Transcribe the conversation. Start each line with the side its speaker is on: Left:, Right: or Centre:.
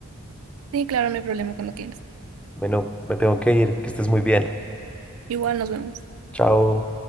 Right: Sí, claro, no hay problema cuando quieras.
Centre: Bueno, me tengo que ir, que estés muy bien.
Right: Igual nos vemos.
Centre: Chao.